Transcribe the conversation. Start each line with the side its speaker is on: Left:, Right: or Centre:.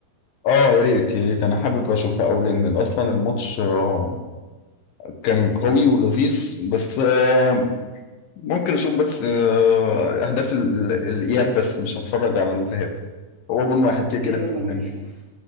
Left: اه يا ريت يا ريت انا حابب اشوفها قوي لان اصلا الماتش آه، كان قوي ولذيذ بس آه، ممكن اشوف بس آه، اهداف ال- الاياب بس مش هتفرج على الذهاب هو جون واحد كده
Right: يلا بينا
Left: كده
Right: نشوف